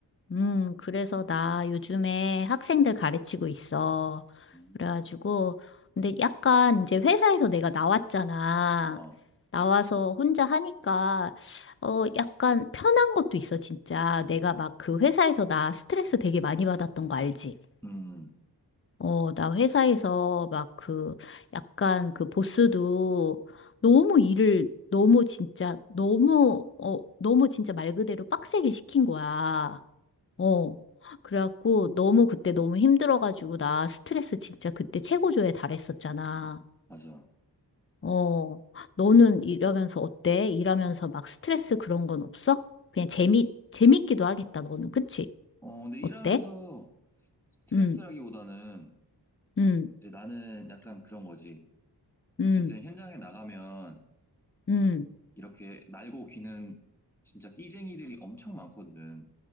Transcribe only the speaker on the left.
응. 그래서 나 요즘에 학생들 가르치고 있어.
그래가지고, 근데 약간 이제 회사에서 내가 나왔잖아.
나와서 혼자 하니까, 어, 약간 편한 것도 있어, 진짜. 내가 막 그 회사에서 나 스트레스 되게 많이 받았던 거 알지?
어, 나 회사에서 막 그, 약간 그 보스도 너무 일을 너무 진짜, 너무, 어, 너무 진짜 말 그대로 빡세게 시킨 거야. 어. 그래갖고 너무 그때 너무 힘들어가지고 나 스트레스 진짜 그때 최고조에 달했었잖아.
어. 너는 이러면서 어때? 일하면서 막 스트레스 그런 건 없어? 그냥 재미, 재밌기도 하겠다, 너는. 그치?
어때?
응, 응,
응,
응.